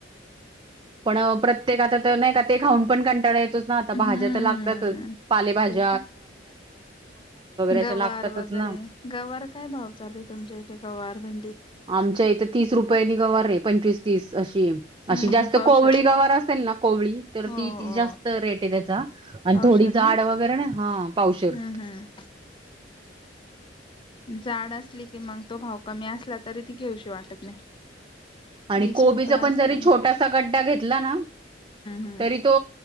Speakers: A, on the right; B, on the left.
A: पण प्रत्येक आता तर नाही का ते खाऊन पण कंटाळायचोच ना आता
B: हम्म
A: भाज्या तर लागतातच पाले भाज्या.
B: ते
A: अशा
B: गवार
A: लागतातच
B: वगैरे
A: ना
B: गवार काय भाव चालूल तुमच्या इथे. वार ब.
A: आमच्या इथं तीस रुपयानी गवार आहे पंचवीस तीस. अशी
B: हम्म
A: अशी जास्त
B: पावशर
A: कोवळी गावार असेल ना कोवळी तर
B: हो
A: ती
B: हो
A: जास्त रेट आहे त्याचा. आणि
B: पावशर
A: थोडी झाड
B: ना
A: वगैरे ना हा पावशेर.
B: हम्म हम्म जाड असली की मग तो भाव कमी असला तरी ती घेऊशी वाटत नाही.
A: आणि
B: वीस
A: कोबीचा
B: रुपये
A: पण
B: असले
A: जरी
B: हम्म
A: छोटासा गड्डा घेतला ना
B: हम्म
A: तरी तो.